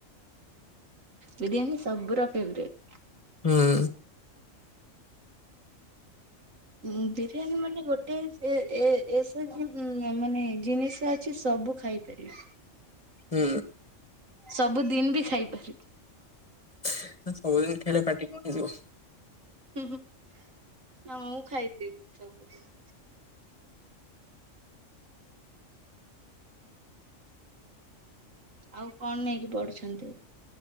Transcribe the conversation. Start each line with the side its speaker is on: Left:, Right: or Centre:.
Right: ବିରିୟାନୀ ସବୁର ଫେବରେଟ୍।
Left: ହୁଁ।
Right: ଉଁ ବିରିୟାନୀ ମାନେ ଗୋଟେ ଏ ଏ ଏସବୁ ମାନେ ଜିନିଷ କିଛି ସବୁ ଖାଇପାରିବି।
Left: ହୁଁ।
Right: ସବୁ ଦିନ ବି ଖାଇପାରିବି।
Left: ନାଁ ସବୁଦିନ୍ ଖାଇଲେ ପାଟି କଣ ହେଇଯିବ।
Right: ନାଁ ମୁଁ ଖାଇଦେବି ସବୁ ଦିନ୍। ଆଉ କଣ ନେଇକି ପଢୁଛନ୍ତି?